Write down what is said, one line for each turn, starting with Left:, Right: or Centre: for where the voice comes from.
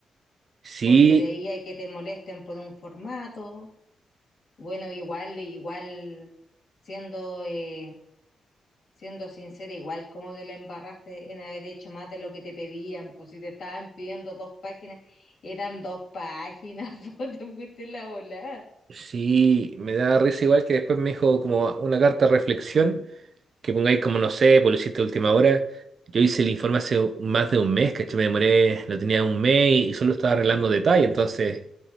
Right: Sí,
Left: porque de ahí hay que te molesten por un formato. Bueno, igual, igual, siendo, eh, siendo sincera, igual como que la embarraste en haber hecho más de lo que te pedían, pues si te estaban pidiendo dos páginas, eran dos páginas, <laughs> pues te fuiste la volada.
Right: Sí, me da risa igual que después me dijo como una carta de reflexión, que pongáis como no sé, pues lo hiciste a última hora. Yo hice el informe hace más de un mes, ¿cachai? Me demoré, lo tenía un mes y solo estaba arreglando detalles, entonces